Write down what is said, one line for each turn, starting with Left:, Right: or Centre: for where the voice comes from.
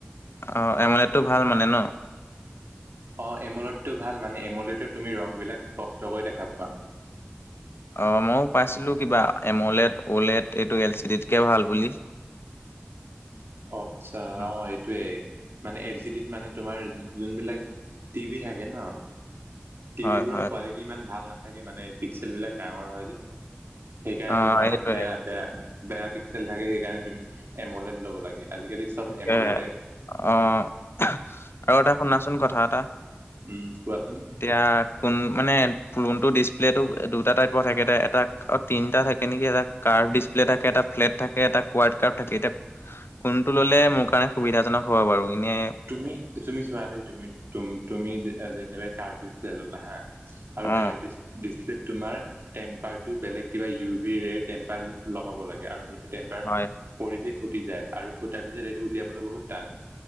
Left: অ' এমলেটো ভাল মানে ন?
Right: অ এমোলটো ভাল মানে, এমোলতত তুমি ৰং বিলাক স্পষ্টকৈ দেখা পোৱা।
Left: অঁ ময়ো পাইছিলোঁ কিবা, এম অ'লেট, অ'লেট এইটো এল চি ডিতকৈ ভাল বুলি।
Right: আচ্ছা'
Left: উম,
Right: অ সেইটোয়ে মানে, এল চি ডিত মানে তোমাৰ যোনবিলাক। টিভি থাকে ন। টিভিবোৰৰ
Left: হয় হয়
Right: কোৱালিটি ইমান ভাল নাথাকে মানে পিক্সেল বিলাক ডাঙৰ হয় যে। সেইকাৰণে
Left: অ'
Right: তোমাৰ
Left: এইটোৱে
Right: বেয়া বেয়া বেয়া পিক্সেল থাকে সেইকাৰণে তুমি এমলেড ল'ব লাগে। আজিকালি। চব
Left: তাকে,
Right: এমলেডে
Left: আহ' আৰু এটা শুনাচোন কথা এটা।
Right: উম' কোৱাচোন।
Left: এতিয়া কোন মানে, ফোনটো ডিচপ্লে টো দুটা টাইপৰ থাকে, এটা তিনটা থাকে নেকি, এটা। কাৰ্ভ ডছপ্লে থাকে, এটা ফ্লেট থাকে, এটা কোৱাদ কাৰ্ভ থাকে। এটা সেইটো ল'লে মোৰ কাৰণে সুবিধাজনক হ'ব বাৰু এনেই।
Right: তুমি, তুমি চোৱা দেই, তুমি তুমি যেনেবা কাৰ্ভ ডিচ প্লে ললা হা। আৰু
Left: অ'
Right: কাৰ্বিজ। ডিচপ্লে তোমাৰ টেম্পাৰটো বেলেগ কিবা ইউ ভিৰ ৰেৰ টেম্পাৰ লগাব লাগে, আৰু সেই। টেম্পাৰ
Left: হয়
Right: পৰিলে ফুটি যায়। আৰু ফুটাৰ পিছত সেইটো উলিয়াবলৈ বহুত টান।